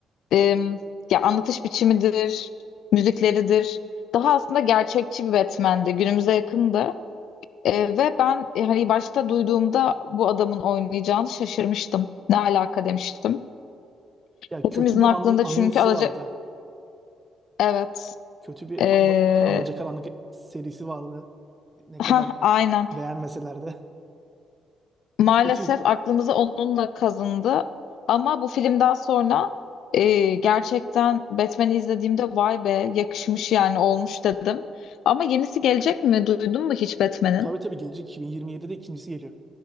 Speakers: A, on the left; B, on the right.
A: em, ya anlatış biçimidir, müzikleridir. Daha aslında gerçekçi bir Batman'di. Günümüze yakındı. E, ve ben e, hani başta duyduğumda bu adamın oynayacağını şaşırmıştım. Ne alaka demiştim.
B: Ya
A: Hepimizin
B: kötü bir
A: aklında
B: anı, anısı
A: çünkü alaca
B: vardı.
A: evet.
B: Kötü bir
A: E,
B: ab- <laughs> Alacakaranlık serisi vardı. Ne kadar
A: heh, aynen.
B: beğenmeseler de
A: Maalesef
B: <laughs> kötüydü.
A: aklımızı onunla kazındı. Ama bu filmden sonra e, gerçekten Batman'i izlediğimde vay be yakışmış yani olmuş dedim. Ama yenisi gelecek mi? Duydun mu hiç Batman'in?
B: Tabii tabii gelecek 2027'de ikincisi geliyor.